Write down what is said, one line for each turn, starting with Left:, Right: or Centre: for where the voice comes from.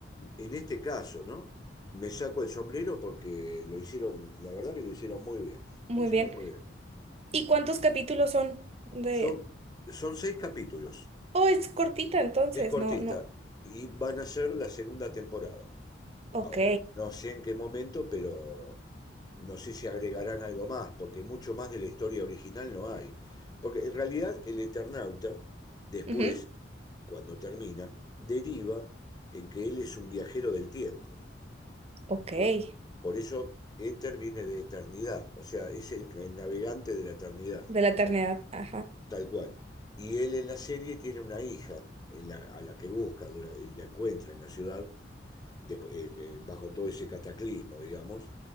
Left: en este caso, ¿no? Me saco el sombrero porque lo hicieron, la verdad que lo hicieron muy bien.
Right: Muy
Left: Lo hicieron
Right: bien.
Left: muy bien.
Right: ¿Y cuántos capítulos son de...
Left: Son, son seis capítulos.
Right: Oh, es cortita entonces,
Left: Es cortita
Right: no, no.
Left: y van a ser la segunda temporada.
Right: Ok.
Left: Ahora, no sé en qué momento, pero no sé si agregarán algo más, porque mucho más de la historia original no hay. Porque en realidad el Eternauta, después,
Right: Ujú.
Left: cuando termina, deriva en que él es un viajero del tiempo.
Right: Ok.
Left: Y
Right: De
Left: va- por eso Éter viene de eternidad, o sea, es el, el navegante de la eternidad,
Right: la eternidad, ajá.
Left: tal cual. Y él en la serie tiene una hija en la- a la que busca dura- y la encuentra en la ciudad, despu- eh, eh, bajo todo ese cataclismo, digamos